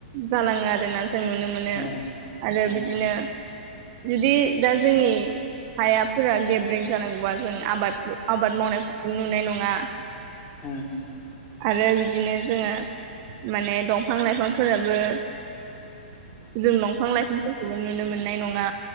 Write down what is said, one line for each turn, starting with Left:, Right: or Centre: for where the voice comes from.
Right: जालांङो आरो ना जों नुनो मोनो
Left: उम
Right: आरो
Left: उम
Right: बिदिनो जुदि दा जोंनि हायाफोरा गेब्रेें जानांगौबा जों आबाद आबाद मावनायफोरखौ नुनाय नङा।
Left: उम उम
Right: आरो बिदिनो जोंङो माने दंफां-लाइफांफोराबो जों दंफां-लाइफांफोरखौबो नुनो मोननाय नङा